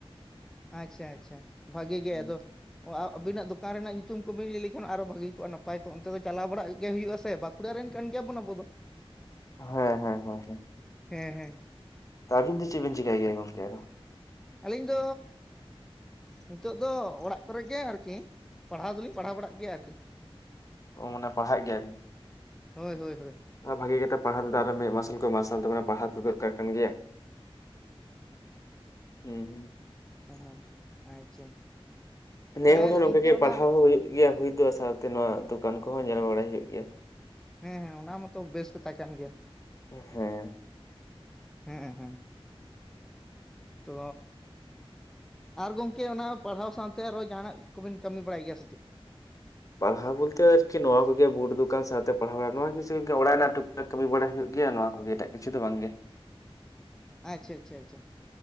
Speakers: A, in the centre; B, on the left (about 35°).
A: ᱟᱪᱪᱷᱟ ᱟᱪᱪᱷᱟ ᱵᱷᱟᱹᱜᱮ ᱜᱮ
B: ᱦᱩᱸ
A: ᱟᱫᱚ ᱚ ᱟᱵᱤᱱᱟᱜ ᱫᱚᱠᱟᱱ ᱨᱮᱱᱟᱜ ᱧᱩᱛᱩᱢ ᱠᱚᱵᱤᱱ ᱞᱟᱹᱭ ᱞᱮᱠᱷᱟᱱ ᱟᱨᱚ ᱵᱷᱟᱹᱜᱮ ᱠᱚᱜᱼᱟ ᱱᱟᱯᱟᱭ ᱠᱚᱜ ᱚᱱᱛᱮ ᱫᱚ ᱪᱟᱞᱟᱣ ᱵᱟᱲᱟᱜ ᱜᱮ ᱦᱩᱭᱩᱜᱼᱟ ᱥᱮ ᱵᱟ ᱠᱩᱲᱟ ᱨᱮᱱ ᱠᱟᱱ ᱜᱮᱭᱟᱵᱚᱱ ᱟᱵᱚ ᱫᱚ
B: ᱦᱮᱸ ᱦᱮᱸ ᱦᱮᱸ ᱦᱮᱸ
A: ᱦᱮᱸ ᱦᱮᱸ
B: ᱛᱟᱵᱤᱱ ᱫᱚ ᱪᱮᱜ ᱵᱤᱱ ᱪᱤᱠᱟᱹᱭ ᱜᱮᱭᱟ ᱜᱚᱢᱠᱮ ᱟᱨᱚ
A: ᱟᱹᱞᱤᱧ ᱫᱚ ᱱᱤᱛᱚᱜ ᱫᱚ ᱚᱲᱟᱜ ᱠᱚᱨᱮᱜ ᱜᱮ ᱟᱨᱠᱤ ᱯᱟᱲᱦᱟᱣ ᱫᱚᱞᱤᱧ ᱯᱟᱲᱦᱟᱣ ᱵᱟᱲᱟᱜ ᱜᱮᱭᱟ ᱟᱨᱠᱤ
B: ᱚ ᱢᱟᱱᱮ ᱯᱟᱲᱦᱟᱜ ᱜᱮᱭᱟ ᱵᱤᱱ
A: ᱦᱳᱭ ᱦᱳᱭ ᱦᱳᱭ
B: ᱵᱷᱟᱹᱜᱮ ᱠᱟᱛᱮ ᱯᱟᱲᱦᱟᱣ ᱛᱮᱫᱚ ᱟᱨᱚ ᱢᱮᱜ ᱢᱟᱨᱥᱟᱞ ᱠᱚ ᱢᱟᱨᱥᱟᱞ ᱛᱟᱵᱚᱱᱟ ᱯᱟᱲᱦᱟᱣ ᱛᱚᱵᱮ ᱫᱚᱨᱠᱟᱨ ᱠᱟᱱ ᱜᱮᱭᱟ ᱦᱩᱸ ᱦᱩᱸ
A: ᱚ ᱟᱪᱪᱷᱟ
B: ᱱᱮ
A: ᱛᱟᱦᱚᱞᱮ
B: ᱦᱚᱲ ᱦᱚᱸ ᱱᱚᱝᱠᱟ
A: ᱜᱚᱝᱠᱮ
B: ᱜᱮ
A: ᱚᱱᱟ
B: ᱯᱟᱲᱦᱟᱣ ᱦᱚᱸ ᱦᱳᱭᱳᱜ ᱜᱮᱭᱟ ᱦᱩᱭ ᱫᱚ ᱥᱟᱶᱛᱮ ᱱᱚᱣᱟ ᱫᱚᱠᱟᱱ ᱠᱚᱦᱚᱸ ᱧᱮᱞ ᱵᱟᱲᱟᱭ ᱦᱳᱭᱳᱜ ᱜᱮᱭᱟ
A: ᱦᱮᱸ ᱦᱮᱸ ᱚᱱᱟ ᱢᱟᱛᱚ ᱵᱮᱥ ᱠᱟᱛᱟ ᱠᱟᱱ ᱜᱮᱭᱟ
B: ᱦᱮᱸ
A: ᱦᱮᱸ ᱦᱮᱸ ᱛᱚ ᱟᱨ ᱜᱚᱢᱠᱮ ᱚᱱᱟ ᱯᱟᱲᱦᱟᱣ ᱥᱟᱶᱛᱮ ᱟᱨᱚ ᱡᱟᱦᱟᱱᱟᱜ ᱠᱚᱵᱤᱱ ᱠᱟᱹᱢᱤ ᱵᱟᱲᱟᱭ ᱜᱮᱭᱟ ᱥᱮ ᱪᱮᱫ
B: ᱯᱟᱲᱦᱟᱣ ᱵᱚᱞᱛᱮ ᱟᱨᱠᱤ ᱱᱚᱣᱟ ᱠᱚᱜᱮ ᱵᱩᱴ ᱫᱚᱠᱟᱱ ᱥᱟᱶᱛᱮ ᱯᱟᱲᱦᱟᱣ ᱵᱟᱲᱟ ᱱᱚᱣᱟ ᱠᱤᱪᱷᱩ <inaudible> ᱚᱲᱟᱜ ᱨᱮᱱᱟᱜ ᱠᱟᱹᱢᱤ ᱵᱟᱲᱟ ᱦᱳᱭᱳᱜ ᱜᱮᱭᱟ ᱱᱚᱣᱟ ᱠᱚᱜᱮ ᱮᱴᱟᱜ ᱠᱤᱪᱷᱩ ᱫᱚ ᱵᱟᱝ ᱜᱮ
A: ᱟᱪᱪᱷᱟ ᱟᱪᱪᱷᱟ ᱟᱪᱪᱷᱟ